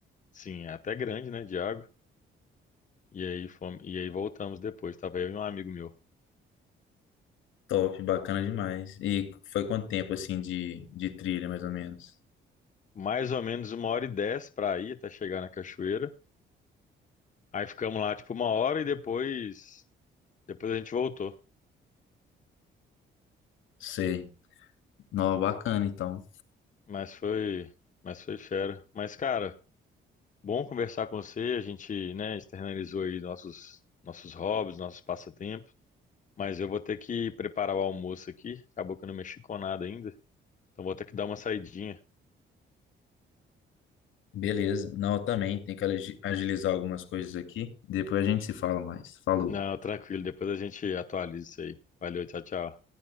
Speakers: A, on the left; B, on the left.
A: Sim, é até grande, né, de água. E aí fomos, e aí voltamos depois. Tava eu e um amigo meu.
B: Top, bacana demais. E foi quanto tempo, assim, de, de trilha, mais ou menos?
A: Mais ou menos uma hora e dez para ir até chegar na cachoeira. Aí ficamos lá tipo uma hora e depois, depois a gente voltou.
B: Sei. Não, bacana, então.
A: Mas foi, mas foi fera. Mas cara, bom conversar com você. A gente, né, externalizou aí nossos nossos hobbies, nossos passatempos. Mas eu vou ter que preparar o almoço aqui. Acabou que eu não mexi com nada ainda. Então vou ter que dar uma saidinha.
B: Beleza. Não, eu também tenho que agi- agilizar algumas coisas aqui. Depois a gente se fala mais. Falou.
A: Não, tranquilo. Depois a gente atualiza isso aí. Valeu, tchau, tchau.